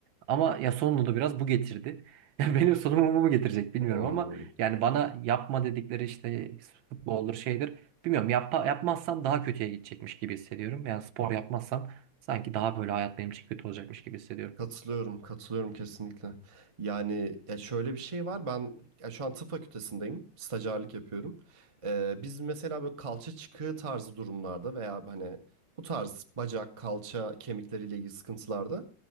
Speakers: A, on the right (about 75°); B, on the right (about 40°).
A: Ama ya sonunda da biraz bu getirdi. <laughs> Benim sonumu bu mu getirecek bilmiyorum
B: Hmm.
A: ama yani bana yapma dedikleri işte futboldur şeydir. Bilmiyorum yapma, yapmazsam daha kötüye gidecekmiş gibi hissediyorum. Yani spor yapmazsam Sanki daha böyle hayat benim için kötü olacakmış gibi hissediyorum.
B: Katılıyorum, katılıyorum kesinlikle. Yani ya şöyle bir şey var. Ben ya şu an tıp fakültesindeyim. Stajyerlik yapıyorum. Ee, biz mesela böyle kalça çıkığı tarzı durumlarda veya hani bu tarz bacak, kalça, kemikleriyle ilgili sıkıntılarda